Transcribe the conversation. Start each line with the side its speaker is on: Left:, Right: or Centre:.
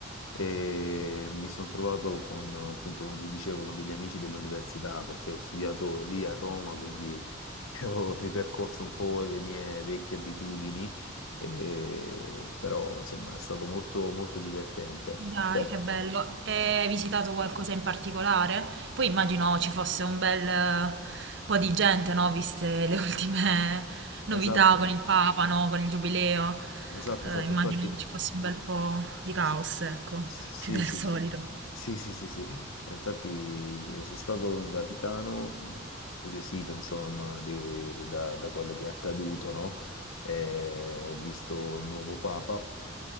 Left: e mi sono trovato con, appunto, come ti dicevo, con degli amici dell'università perché ho studiato lì a Roma, quindi <laughs> ho ripercorso un po' le mie vecchie abitudini, eh, però insomma è stato molto, molto divertente.
Right: Dai,
Left: Te-
Right: che bello. E hai visitato qualcosa in particolare? Poi immagino ci fosse un bel eh, po' di gente, no? Viste le ultime novità
Left: esatto,
Right: con il Papa, no? Con il Giubileo.
Left: esatto,
Right: Eh,
Left: esatto.
Right: immagino
Left: Infatti.
Right: ci fosse un bel po' di caos,
Left: Sì,
Right: ecco,
Left: sì,
Right: più del
Left: sì,
Right: solito.
Left: sì, sì, sì, sì, sì. E Infatti eh, sono stato in Vaticano, eh, incuriosito, insomma, de- da, da quello che è accaduto, no? Eh, ho visto il nuovo Papa